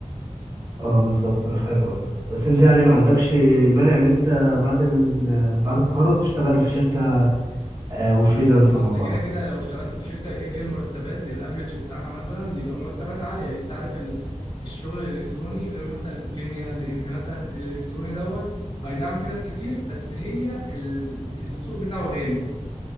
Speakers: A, on the right; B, on the left.
A: اه بالظبط انا فاهم قصدك بس انت يعني ما عندكش مانع ان انت بعد ال... بعد التخرج تشتغل في شركه آه، وفريلانسر
B: اصل
A: مع بعض
B: كده كده لو اشتغلت في شركه كده كده المرتبات الافريج بتاعها مثلا بيبقى مرتبات عاليه لان انت عارف ال- الشغل الالكتروني غير مثلا الكيمياء لان مثلا الالكتروني دون اي نعم في ناس كتير بس هي ال- السوق بتاعه غالي